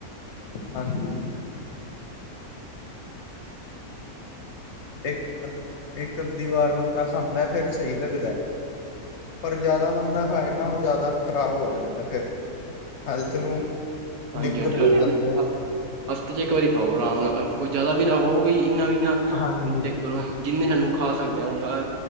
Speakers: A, on the left; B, on the right.
A: ਹਾਂਜੀ। ਇੱਕ ਅਦ ਇੱਕ ਅੱਧੀ ਵਾਰ ਬੰਦਾ ਖਾਂਦਾ ਫੇਰ ਸਹੀ ਲੱਗਦਾ। ਪਰ ਜ਼ਿਆਦਾ ਬੰਦਾ ਖਾਏ ਨਾ ਉਹ ਜ਼ਿਆਦਾ ਖ਼ਰਾਬ ਹੋ ਜਾਂਦਾ ਏ ਫੇਰ। ਹੈਲਥ ਨੂੰ।
B: ਹਾਂਜੀ
A: ਦਿੱਕਤ
B: -ਹਾਂਜੀ
A: ਕਰ ਜਾਂਦਾ ਹੈ।
B: ਹਫ਼ਤੇ ਚ ਇੱਕ ਵਾਰੀ ਖਾਓ ਆਰਾਮ ਨਾਲ। ਕੋ ਜ਼ਿਆਦਾ ਵੀ ਨਾ ਹੋ ਵਈ। ਇਨਾ ਵੀ ਨਾ
A: ਹਾਂਜੀ
B: ਇੰਜ ਕਰੋ ਜਿੰਨੀ ਸਾਨੂੰ ਖਾ ਸਕਦੇ ਨਾ ਜਾਂ